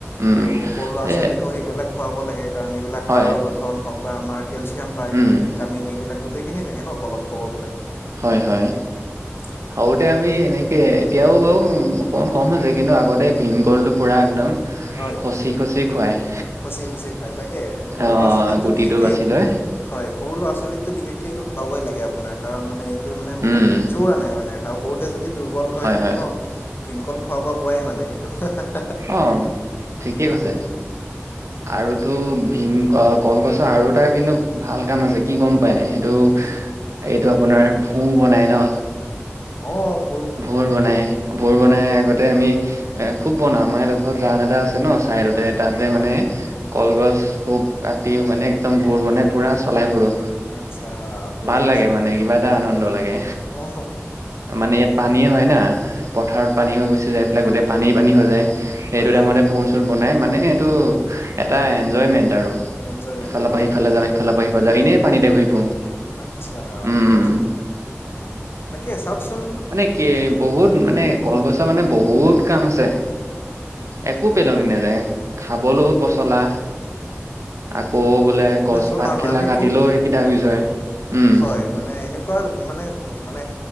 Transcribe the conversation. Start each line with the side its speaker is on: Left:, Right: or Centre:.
Right: উম,
Left: আৰু সৰু ল'ৰা
Right: এ
Left: ছোৱালীকে সেইবিলাক খোৱাব লাগে কাৰণ এইবিলাক
Right: হয়,
Left: হাড়াৰ গঠ <unintelligible> হওঁক বা আমাৰ কেলচিয়াম পায়
Right: উম,
Left: ভিটামিন এইবিলাক গোটেইখিনি থাকে ন কলত ক'ব গ'লে।
Right: হয় হয়।
Left: <unintelligible>
Right: সৰুতে আমি এনেকৈ এতিয়াও বাৰু অকণমান কম হৈছে কিন্তু আগতে ভীমকলটো পুৰা একদম
Left: হয়
Right: খচি খচি খুৱাই,
Left: খচি খচি খুৱাই তাকে সৰু
Right: অ,
Left: ল'ৰা ছোৱালীকতো
Right: গুটিটো
Left: বিশেষকৈ
Right: বাচি
Left: এইটো
Right: লয়।
Left: হয় সৰু ল'ৰা ছোৱালীকটো বিশেষকে এইটো পাবই লাগে আপোনাৰ কাৰণ মানে এইটোয়ে মানে বহুত
Right: উম,
Left: জোৰ আনে মানে সৰুতে যদি দুৰ্বল হৈ
Right: হয়,
Left: থাকে
Right: হয়,
Left: ন ভীমকল খোৱাব কোৱাই মানে সেইটো।
Right: অ, ঠিকেই কৈছে। আৰুতো ভীম কলগছৰ আৰু এটা কিন্তু ভাল কাম আছে কি গম পাই নে এইটো
Left: কি
Right: এইটো আপোনাৰ ভো বনাই ন।
Left: অ', অ,
Right: ভোৰ বনাই, ভোৰ বনাই আগতে আমি। এ খুব বনাওঁ আমাৰ এডোখৰত জান এটা আছে ন চাইডতে
Left: হয়
Right: তাতে
Left: হয়
Right: মানে কলগছবোক কাটি মানে একদম ভোৰ বনাই পূৰা চলাই ফুৰো।
Left: আচ্ছা বঢ়িয়া
Right: ভাল লাগে
Left: আচোন
Right: মানে কিবা এটা
Left: ভাল
Right: আনন্দ লাগে।
Left: অ
Right: মানে ইয়াত পানীয়ে হয় না পথাৰত পানী হৈ গুচি যায় সেইফালে গোটেই পানী পানী হৈ যায়। সেইটো
Left: হয় হয়
Right: টাইমতে
Left: হয়
Right: ভোৰ চোৰ বনাই মানে এইটো এটা এনজয়মেন্ট আৰু।
Left: এনজয়মেণ্ট
Right: ইফালৰ
Left: ন
Right: পৰা সিফালে
Left: তাকে
Right: যাওঁ সিফালৰ পৰা সিফালে যাওঁ এনেই পানীতে ঘূৰি ফুৰো।
Left: আচ্ছা
Right: উম
Left: বঢ়িয়া
Right: উম।
Left: চোন, তাকে চাওঁকচোন
Right: মানে কি বহুত মানে কলগছৰ মানে বহুত কাম আছে। একো পেলনি নাযায় খাবলৈও পচলা আকৌ বোলে গছ
Left: য'ত
Right: পাত
Left: পাৰ নহয়
Right: কিলাও
Left: আমি
Right: কাটিলেও
Left: খুব
Right: সেইকেইটা ইউজ হয়। উম
Left: হয়, মানে এনেকুৱা মানে মানে